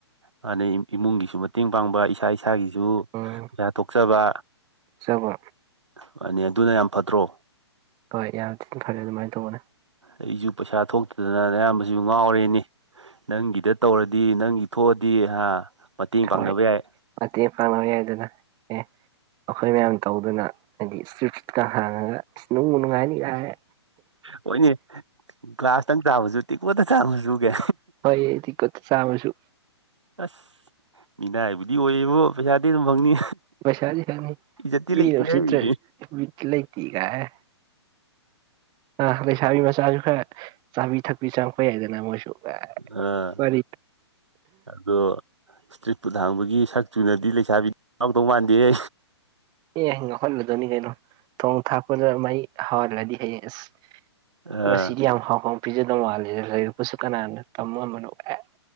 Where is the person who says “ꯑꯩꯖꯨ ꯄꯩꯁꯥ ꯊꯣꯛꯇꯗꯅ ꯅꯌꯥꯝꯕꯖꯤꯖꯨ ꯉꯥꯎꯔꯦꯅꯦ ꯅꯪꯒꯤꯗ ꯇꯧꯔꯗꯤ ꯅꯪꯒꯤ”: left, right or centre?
Right